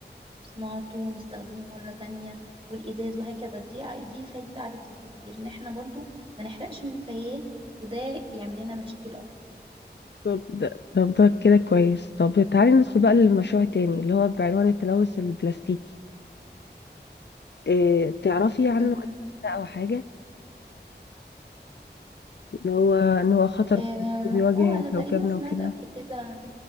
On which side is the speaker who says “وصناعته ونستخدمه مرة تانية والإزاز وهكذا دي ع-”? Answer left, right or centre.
Right